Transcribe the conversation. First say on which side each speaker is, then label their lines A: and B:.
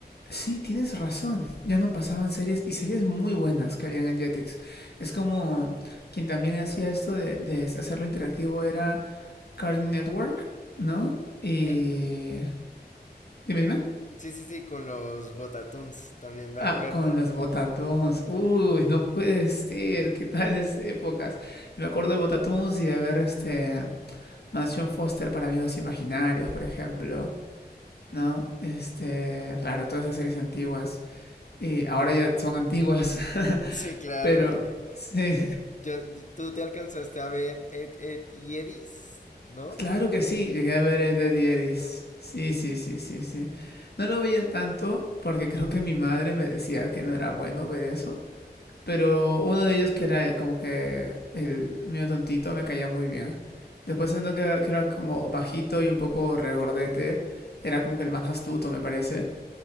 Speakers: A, on the left; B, on the left.
A: Sí, tienes razón. Ya no pasaban series y series muy buenas que habían en Jetix. Es como quien también hacía esto de, de hacerlo interactivo era Cartoon Network, ¿no? Y...
B: Ca-
A: Dime, dime.
B: Sí, sí, sí, con los Botatoons también me
A: Ah,
B: acuerdo.
A: con los
B: <laughs>
A: Botatons. Uy, no puede ser. ¿Qué tales épocas? Y me acuerdo de Botatons y de ver este... Mansión Foster para amigos imaginarios, por ejemplo, ¿no? Este, claro, todas esas series antiguas. Y ahora ya son antiguas. <laughs>
B: Sí, claro,
A: Pero
B: y
A: sí,
B: yo, y- tú te alcanzaste a ver Ed, Ed y Edis, ¿no?
A: claro que sí, llegué a ver Ed, Ed y Eddy's. Sí, sí, sí, sí, sí. No lo veía tanto porque creo que mi madre me decía que no era bueno ver eso. Pero uno de ellos que era como que el mío tontito me caía muy bien. Después uno que, que era como bajito y un poco regordete. Era como que el más astuto, me parece.